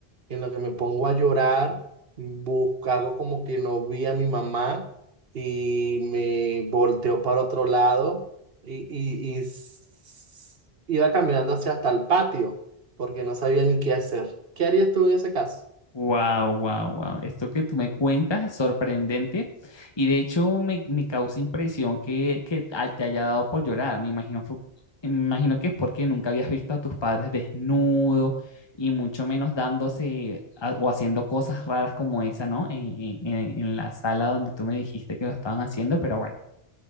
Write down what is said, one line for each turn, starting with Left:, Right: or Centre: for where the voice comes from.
Right: En lo que me pongo a llorar, busco, hago como que no vi a mi mamá y me volteó para otro lado y, y, y s- iba caminando hacia hasta el patio porque no sabía ni qué hacer. ¿Qué harías tú en ese caso?
Left: Wow, wow, wow. Esto que tú me cuentas es sorprendente y de hecho me, me causa impresión que, que ay- te haya dado por llorar. Me imagino, fue- me imagino que es porque nunca habías visto a tus padres desnudos y mucho menos dándose a- o haciendo cosas raras como esa, ¿no? En, en- en- en la sala donde tú me dijiste que lo estaban haciendo, pero bueno.